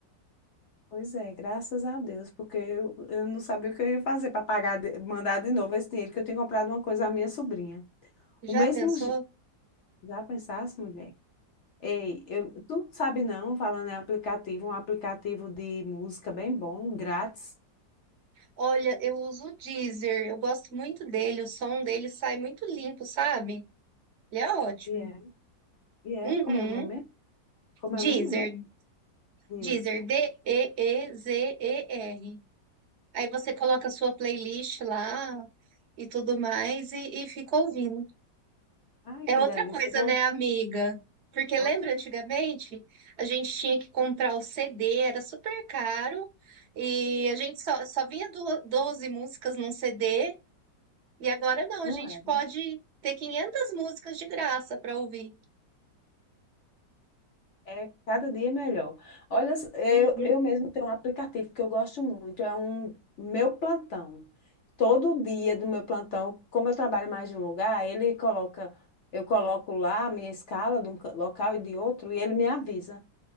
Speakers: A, on the left; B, on the right.
A: Pois é, graças a Deus, porque eu, eu não sabia o que eu ia fazer para pagar, de- mandar de novo esse dinheiro que eu tinha comprado uma coisa à minha sobrinha.
B: Já
A: O mesmo
B: pensou?
A: je- já pensasse, mulher? Ei, eu, tu não sabe não, falando em aplicativo, um aplicativo de música bem bom, grátis.
B: Olha, eu uso o Deezer, eu gosto muito dele, o som dele sai muito limpo, sabe? Ele é ótimo.
A: E é, e
B: Uhum.
A: é, como é o nome? mesmo? Como é
B: Deezer,
A: o nome, mulher? Dias.
B: Deezer, D-E-E-Z-E-R. Aí você coloca a sua playlist lá e tudo mais e, e fica ouvindo.
A: Ai,
B: É
A: que
B: outra
A: delícia.
B: coisa,
A: Eu vou
B: né, amiga? Porque lembra
A: outra.
B: antigamente a gente tinha que comprar o CD, era super caro e a gente só, só vinha do, 12 músicas num CD e agora não,
A: Não
B: a gente
A: é.
B: pode ter 500 músicas de graça para ouvir.
A: É cada dia melhor. Olha, eu,
B: Uhum.
A: eu mesmo tenho um aplicativo que eu gosto muito, é um meu plantão. Todo dia do meu plantão, como eu trabalho mais de um lugar, ele coloca, eu coloco lá a minha escala de um ca- local e de outro, e ele me avisa.